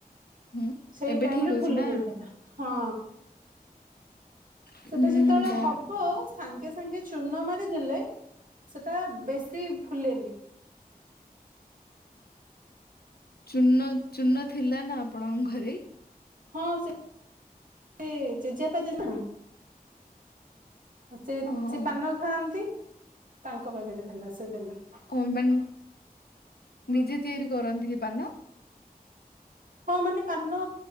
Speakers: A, on the left; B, on the right.
A: ହୁଁ
B: ସେଇ
A: ଏବେ
B: ଟାଇମ
A: ଠିକ
B: ରେ
A: ଅଛି
B: ଫୁଲି
A: ନା
B: ଯାଇଥିଲା ହଁ।
A: ହୁଁ
B: ସେଟା ଯେତେବେଳେ
A: ଯା
B: ହବ ସାଙ୍ଗେ ସାଙ୍ଗେ ଚୁନ ମାରିଦେଲେ ସେଟା ବେଶୀ ଫୁଲେନି।
A: ଚୂନ ଚୂନ ଥିଲା ନା ଆପଣଙ୍କ ଘରେ?
B: ହଁ ସେ ଏ ଜେଜେଆପା ଜେଜେ ମା ସେ
A: ଓହୋ
B: ସେ ପାନ ଖାଆନ୍ତି ତାଙ୍କ ପାଖରେ ଥିଲା ସେ ଦେଲେ।
A: ହ ମାନ ନିଜେ ତିଆରି କରନ୍ତି କି ପାନ?
B: ହଁ ମାନେ ପାନ